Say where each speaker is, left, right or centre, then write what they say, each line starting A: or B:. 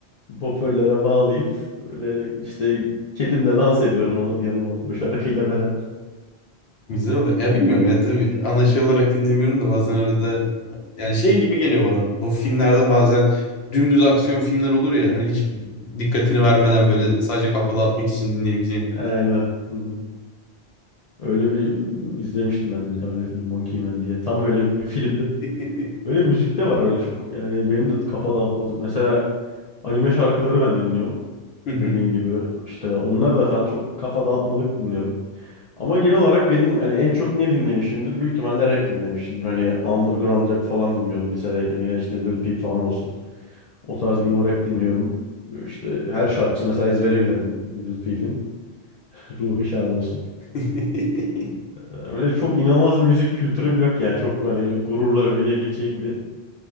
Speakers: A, on the left; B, on the left.
A: hoparlöre bağlayıp öyle işte kedimle dans ediyorum onu yanıma alıp o şarkıyla beraber.
B: Güzel oluyor. Ya bilmiyorum ya tabii ana şey olarak dinlemiyorum da bazen arada yani şey gibi geliyor bana. Bu filmlerde bazen dümdüz aksiyon filmler olur ya hani hiç dikkatini vermeden böyle sadece kafa dağıtmak için dinleyebileceğin.
A: Aynen. Hı hı. Öyle bir izlemiştim ben de bir tane öyle film Monkey Man diye. Tam öyle bir filmdi.
B: <laughs>
A: Öyle müzik de var öyle çok. Yani benim de kafa dağıtmalık. Mesela anime şarkıları ben dinliyorum.
B: Hı hı.
A: Dediğin gibi işte onlar da falan çok kafa dağıtmalık dinliyorum. Ama genel olarak benim hani en çok ne dinlemişimdir? Büyük ihtimalle rap dinlemişimdir. Hani underground rap falan dinliyordum lisedeyken. Yine işte Lil Peep falan olsun. O tarz emo rap dinliyordum. Böyle İşte her şarkısı mesela ezbere bilirim Lil Peep'in. <laughs> Ruhu şad olsun.
B: <laughs>
A: Öyle çok inanılmaz bir müzik kültürüm yok yani. Çok hani gururla övünebileceğim bir